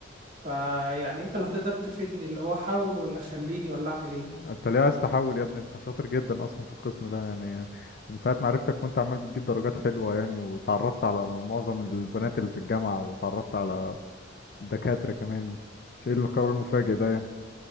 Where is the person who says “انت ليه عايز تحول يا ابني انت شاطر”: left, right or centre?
Left